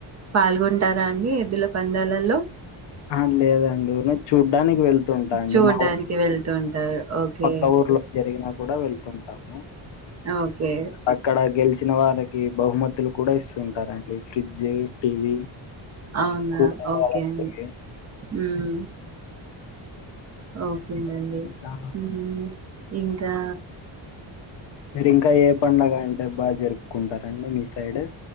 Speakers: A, on the right; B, on the left.
A: పాల్గొంటారా అండి ఎద్దుల పందాలల్లో
B: ఆ లేదండి ఊరినే చూడ్డానికి వెళ్తుంటా అండి
A: చూడ్డానికి
B: మా ఊర్లో
A: వెళ్తుంటారు ఓకే
B: పక్క ఊర్లో జరిగిన కూడా వెళ్తుంటాము
A: ఓకే
B: అక్కడ గెలిచిన వారికి బహుమతులు కూడా ఇస్తుంటారండి ఫ్రిడ్జ్ టీవీ
A: అవునా
B: కూలర్
A: ఓకే
B: అలాంటివి.
A: అండి ఉమ్... ఓకేనండి
B: ఇంకా
A: ఉమ్ ఇంకా
B: మీరు ఇంకా ఏ పండగ అంటే బాగా జరుపుకుంటారండి మీ సైడ్